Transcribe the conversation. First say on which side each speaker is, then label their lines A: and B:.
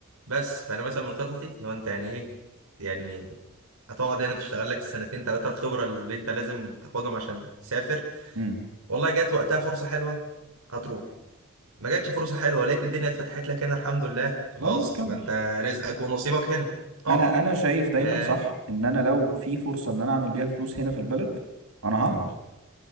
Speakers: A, on the right; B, on the right.
A: بس فانا مثلا من خططي لو انت يعني ايه يعني هتقعد هنا تشتغل لك السنتين ثلاثة الخبرة اللي انت لازم تاخدهم عشان تسافر
B: امم
A: والله جات وقتها فرصة حلوة هتروح ما جاتش فرصة حلوة لقيت الدنيا اتفتحت لك هنا الحمد لله خلاص
B: خلاص كمل
A: ما انت رزقك ونصيبك هنا اقعد
B: انا انا شايف دايما
A: آه.
B: صح ان انا لو في فرصة ان انا اعمل بيها فلوس هنا في البلد انا هقعد